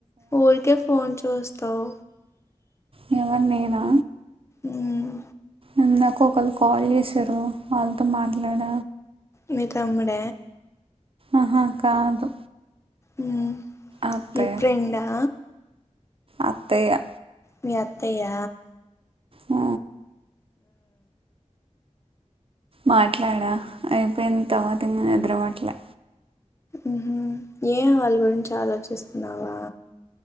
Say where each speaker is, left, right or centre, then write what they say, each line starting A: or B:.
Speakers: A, on the left; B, on the right.
A: ఊరికే ఫోన్ చూస్తావ్
B: ఎవరు నేనా
A: ఉమ్మ్
B: ఇందాక ఒకళ్ళు కాల్ చేశారు వాళ్లతో మాట్లాడ
A: మీ తమ్ముడ
B: ఆహా కాదు
A: ఉమ్మ్
B: అత్తయ్య
A: మీ ఫ్రెండ్ ఆ
B: అత్తయ్య
A: మీ అత్తయ్య
B: ఆ మాట్లాడా అయిపోయింది తర్వాత ఇంకా నిద్రపట్లే
A: ఉమ్మ్ హు ఏ వాళ్ళ గురించి ఆలోచిస్తున్నావా